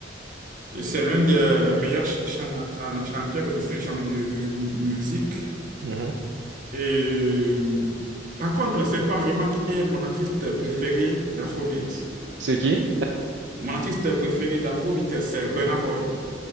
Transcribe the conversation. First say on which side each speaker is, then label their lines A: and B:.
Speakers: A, on the right (about 45°); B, on the right (about 70°).
A: et c'est l'un des meilleurs ch- chan- chan- chanteurs de ce genre de mu- musique.
B: Mhm.
A: Et euh, par contre, c'est pas Rema qui est mon artiste préféré d'Afrobeat.
B: C'est qui?
A: Mon artiste préféré d'Afrobeat, c'est Burna Boy.